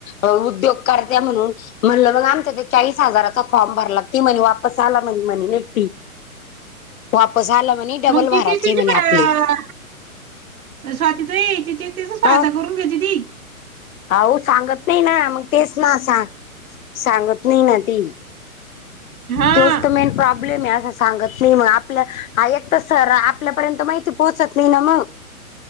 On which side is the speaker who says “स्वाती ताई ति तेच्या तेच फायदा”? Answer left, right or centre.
Right